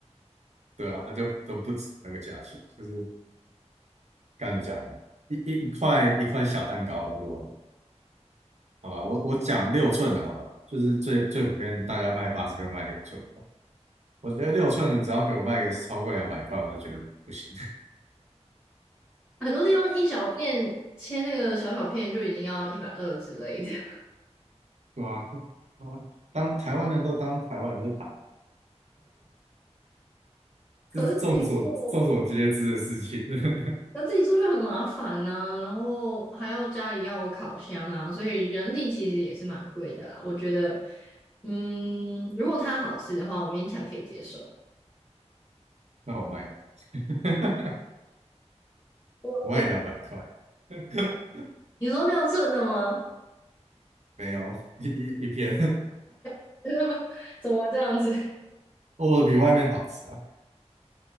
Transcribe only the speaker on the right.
对啊，它就都不止那个价钱，就是刚才讲一一一块一块小蛋糕啊，如果好吧，我我讲六寸的好了，就是最最普遍大家卖八十个卖六寸的，我觉得六寸的只要给我卖个超过两百块，我就觉得不行。
哇哇，当台湾人都当台湾人是盘，
这是众所众所皆知的事情。<laughs>
那我卖，<laughs>
我卖两百块，<laughs>
没有一一一片，
<laughs> 我的比外面好吃啊，